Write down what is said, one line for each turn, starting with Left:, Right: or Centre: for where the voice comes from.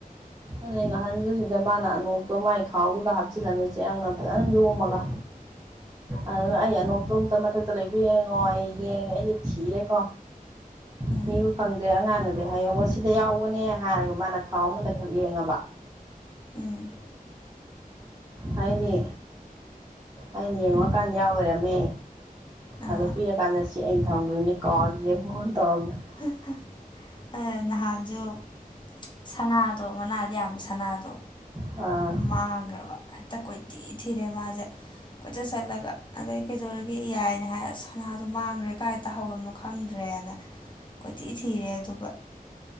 Right: ꯑꯗꯩ ꯉꯍꯟꯖꯨ ꯁꯤꯗ ꯃꯥꯅ ꯑꯅꯣꯛꯇꯣ ꯃꯥꯒꯤ ꯈꯥꯎꯗꯨꯗ ꯍꯥꯞꯆꯤꯜꯂꯝꯃꯦ ꯆꯦꯔꯪꯅ ꯐꯖꯅ ꯌꯣꯝꯃꯒ꯫
Left: <inaudible>
Right: ꯑꯗꯨꯒ ꯑꯩ ꯑꯅꯣꯛꯇꯣ ꯑꯝꯇ ꯃꯊꯛꯇ ꯂꯩꯕ ꯌꯦꯡꯉꯣ ꯑꯦ ꯌꯦꯡꯉꯦ ꯑꯩꯁꯦ ꯊꯤꯔꯦꯀꯣ꯫
Left: ꯎꯝ
Right: ꯊꯤꯕ ꯐꯪꯗ꯭ꯔꯦ ꯑꯉꯥꯡꯅꯗꯤ ꯍꯥꯏꯍꯎꯕ ꯁꯤꯗ ꯌꯥꯎꯕꯅꯦ ꯍꯥꯏꯔꯒ ꯃꯥꯅ ꯈꯥꯎ ꯑꯃꯗ ꯈꯛ ꯌꯦꯡꯉꯕ꯫
Left: ꯎꯝ꯫
Right: ꯍꯥꯏꯗꯤ ꯑꯩꯅ ꯌꯦꯡꯉꯨꯔꯀꯥꯟꯗ ꯌꯥꯎ ꯂꯩꯔꯝꯃꯦ
Left: ꯑꯥ
Right: ꯑꯗ ꯄꯤꯔꯛ ꯀꯥꯟꯗ ꯁꯤ ꯑꯩꯅ ꯊꯝꯈ꯭ꯔꯤꯅꯤ ꯀꯥꯎꯔꯤꯁꯦ ꯀꯣ ꯇꯧꯔꯝꯕꯅꯤ꯫
Left: <inaudible> ꯍꯦ ꯅꯍꯥꯟꯁꯨ ꯁꯅꯥꯗꯣ ꯃꯅꯥꯗ ꯌꯥꯟꯕ ꯁꯅꯥꯗꯣ꯫
Right: ꯑꯥ
Left: ꯃꯥꯡꯈ꯭ꯔꯕ ꯍꯦꯛꯇ ꯀꯣꯏꯊꯤ ꯊꯤꯔꯦ ꯃꯥꯁꯦ꯫ ꯀꯣꯏꯆꯠ ꯆꯠꯂꯒ ꯑꯗꯩ ꯀꯩꯗꯧꯔꯒꯦ ꯌꯥꯏꯅ ꯍꯥꯏꯔ ꯁꯅꯥꯗꯣ ꯃꯥꯡꯈ꯭ꯔꯦ ꯀꯥꯏ ꯇꯍꯧꯔꯕꯅꯣ ꯈꯪꯗ꯭ꯔꯦꯅ ꯀꯣꯏꯊꯤ ꯊꯤꯔꯦ ꯑꯗꯨꯒ